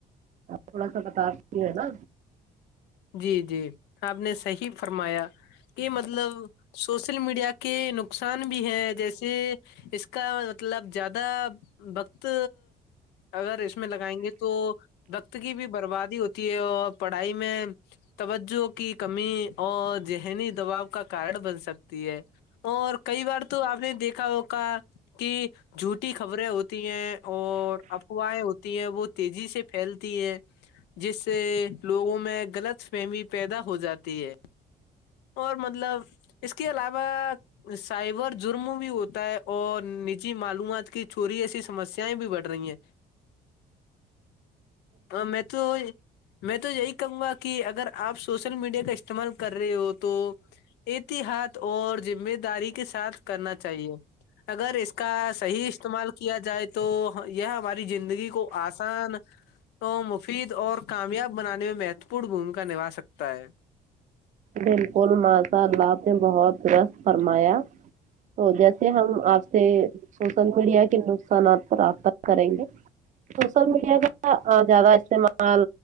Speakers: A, on the right; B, on the left.
A: تھوڑا سا بتاتی ہے نا
B: جی جی آپ نے صحیح فرمایا کہ مطلب سوشل میڈیا کا کے نقصان بھی ہے جیسے اس کا مطلب زیادہ وقت اگر اس میں لگائیں گے تو وقت کی بھی بربادی ہوتی ہے اور پڑھائی میں توجہ کی کمی اور ذہنی دباؤ کا کارن بن سکتی ہے اور کئی بار تو آپ نے دیکھا ہو کہا کہ جھوٹی خبریں ہوتی ہیں اور افواہیں ہوتی ہیں وہ تیزی سے پھیلتی ہے جس سے لوگوں میں غلط فہمی پیدا ہو جاتی ہے اور مطلب اس کے علاوہ سائبر جرم بھی ہوتا ہے اور نجی معلومات کی چوری ایسی سمسیایں بھی بڑھ رہی ہیں ہ میں تو میں تو یہی کروں گا کہ اگر آپ سوشل میڈیا کا استعمال کر رہے ہو تو احتیاط اور ذمہ داری کے ساتھ کرنا چاہیے اگر اس کا صحیح استعمال کیا جائے تو یہ ہماری زندگی کو آسان مفید اور کامیاب بنانے میں م م پور بھومکا نبا سکتا ہے
A: بالکل ماشاءا اللہ آپ نے بہت رس فرمایا ا جیسے ہم آپ سے سوشل میڈیا کے نقصانات پر رابطہ کریں گے سوشل میڈیا کا زیادہ استعمال